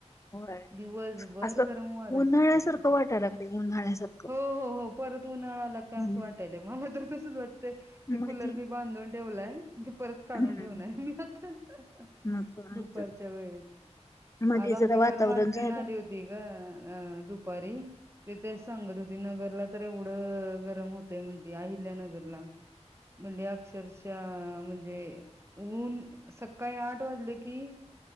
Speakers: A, on the left; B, on the right.
A: होय
B: दिवसभर
A: असं
B: गरम वार
A: उन्हाळ्यासारखं
B: असतय.
A: वाटायला लागलंय उन्हाळ्यासारखं.
B: हो हो हो परत उन्हाळा आला का,
A: हम्म.
B: असं वाटायल मला तर तसच वाटतंय ते
A: मधी
B: कुलर बी बांधून ठेवलाय. ते परत काढून
A: हम्म
B: ठेवणार ये, मी आता
A: मग काय
B: दुपारच्या
A: तर
B: वेळेत
A: मधी
B: आज आमची
A: जरा वातावरण
B: घर मालकीन
A: झालं
B: आली होती गं, अ.. दुपारी ते तेच सांगत होती नगरला तर एवढं गरम होतय म्हणती अहिल्या नगरला मल अक्षरश म्हणजे ऊन सकाळी आठ वाजले की